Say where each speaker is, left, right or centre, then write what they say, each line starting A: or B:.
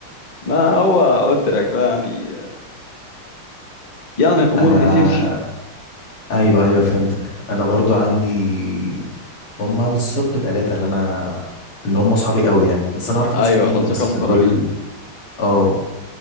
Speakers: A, on the left; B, on the left.
A: ما هو قلت لك بقى يعني يعني الامور
B: انا
A: بتمشي
B: ايوه ايوه فهمتك انا برضو عندي هما بالظبط ثلاثة اللي انا اللي هم صحابي قوي يعني بس انا اعرف
A: ايوه
B: ناس كتير
A: الاصدقاء
B: بس
A: المقربين
B: دول اه